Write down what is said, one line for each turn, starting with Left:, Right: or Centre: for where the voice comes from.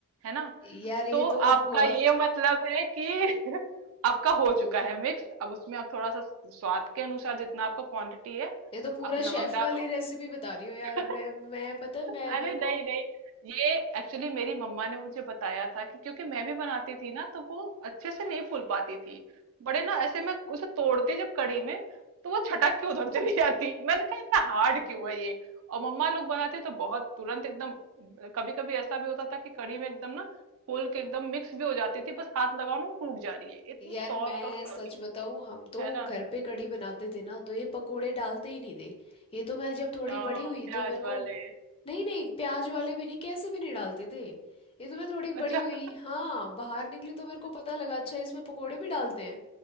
Right: है ना
Left: यार ये
Right: तो
Left: तो
Right: आपका
Left: बहुत
Right: ये मतलब है कि <laughs> आपका हो चुका है मिक्स अब उसमें आप थोड़ा सा स्वाद के अनुसार जितना आपका क्वांटिटी है
Left: ये तो पूरा
Right: आप नमक
Left: शेफ
Right: डालो
Left: वाली रेसिपी बता रही हो यार
Right: <laughs>
Left: मैं मैं पता है मैं
Right: अरे
Left: मेरे
Right: नहीं
Left: को
Right: नहीं ये एक्चुअली मेरी मम्मा ने मुझे बताया था कि क्योंकि मैं भी बनाती थी ना तो वो अच्छे से नहीं फूल पाती थी बड़े ना ऐसे मैं उसे तोड़ती जब कड़ी में तो वो छटक के उधर चली जाती मैंने कहा इतना हार्ड क्यों है ये और मम्मा लोग बनाते तो बहुत तुरंत एकदम कभी कभी ऐसा भी होता था कि कड़ी में एकदम ना फूल के एकदम मिक्स भी हो जाती थी बस हाथ लगाओ ना वो टूट जा रही है इतनी
Left: यार
Right: सॉफ्ट
Left: मैं
Right: और फ्लफी
Left: सच बताऊं हम तो
Right: है ना
Left: घर पे कढ़ी बनाते थे ना तो ये पकोड़े डालते ही नहीं थे ये तो मैं जब थोड़ी
Right: हाँ,
Left: बड़ी हुई
Right: प्याज
Left: तो मेरे
Right: वाले
Left: को नहीं नहीं प्याज वाले भी नहीं कैसे भी नहीं डालते थे ये तो मैं थोड़ी
Right: अच्छा
Left: बड़ी हुई हाँ बाहर निकली तो मेरे को
Right: <laughs>
Left: पता लगा अच्छा इसमें पकोड़े भी डालते हैं